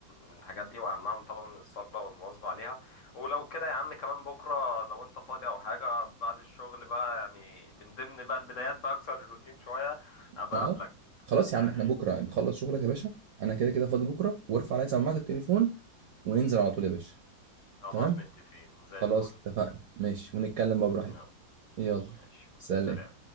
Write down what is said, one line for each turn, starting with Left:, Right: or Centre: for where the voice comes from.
Left: من الحاجات دي واهمهم طبعا الصلاة والمواظبة عليها ولو كده يا عم كمان بكرة لو انت فاضي او حاجة بعد الشغل بقى يعني من ضمن بقى البدايات بقى اكسر الروتين شوية ابقى
Right: اه
Left: اقابلك
Right: خلاص يا
Left: يعني
Right: عم احنا بكره انت خلص شغلك يا باشا انا كده كده فاضي بكره وارفع عليا سماعه التليفون وننزل على طول يا باشا
Left: خلاص
Right: تمام
Left: متفقين زي
Right: خلاص
Left: الفل
Right: اتفقنا ماشي ونتكلم بقى براحتك
Left: يلا
Right: يلا
Left: ماشي
Right: سلام
Left: سلام